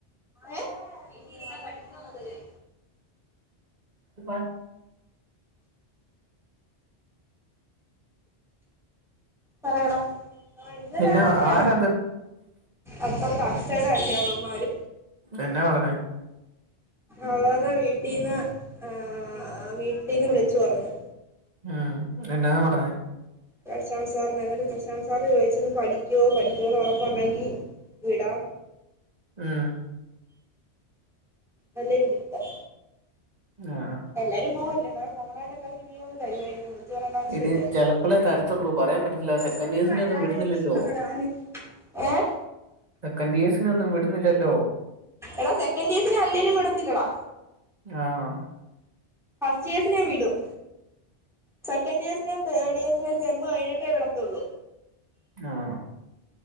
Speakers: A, in the centre; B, on the right.
A: ഏഹ് വീട്ടിയിരുന്നാ പഠിക്കോന്നൊക്കെ ചോയി
B: <unintelligible>
A: പറയെടാ ആഹ് ഇന്ന്
B: എന്നാ
A: രാവിലെ
B: ആരാത്
A: അപ്പർത്തെ അച്ചേടെ അക്കെ അവള്മാര്.
B: എന്നാ പറഞ്ഞേ?
A: അവരേ വീട്ടീന്ന് ആഹ് വീട്ടീന്ന് വിളിച്ച് പറഞ്ഞു.
B: ആഹ് എന്നാന്ന പറഞ്ഞേ?
A: പ്രശാന്ത്‌ സാറിനെ എന്നിട്ട് പ്രശാന്ത് സാർ ചോയിച്ചത് പഠിക്കോ പഠിക്കോന്ന് ഒറപ്പൊണ്ടെങ്കി വിടാം.
B: ആഹ്
A: വെല ഇര്ത്തം
B: ന്ആഹ്
A: എല്ലാരും പൂവല്ലെ അന്നേരം കോമണായിട്ട് എല്ലർക്കും ലീവങ്ങ് തരുവായിരിക്കും കേറേണ്ടാവശ്യം
B: എടി
A: ഇല്ലായിരിക്കും
B: ചെലപ്പളേ തരത്തുള്ളൂ പറയാൻ പറ്റത്തില്ല സെക്കൻഡ്
A: ഇതെത്തുവാടി
B: ഇയേഴ്സിനെ ഒന്നും
A: താഴെ
B: വിടുന്നില്ലല്ലോ
A: ലിപ്സ്റ്റിക്ക് ഒക്കെ കളഞ്ഞ്ക്ക്ണ് ഏഹ്
B: സെക്കന്റിയേഴ്സിനെ ഒന്നും വിട്ന്നില്ലല്ലോ
A: എടാ സെക്കന്റിയേസിനെ അല്ലേലും വിടത്തില്ലെടാ
B: ആവൊ
A: ഫസ്റ്റിയേസിനെ വിടും സെക്കന്റിയേസിനേം തേർഡിയേസിനേം സെമ്മ് കഴിഞ്ഞിട്ടേ വിടത്തൊള്ളൂ
B: ആവൊ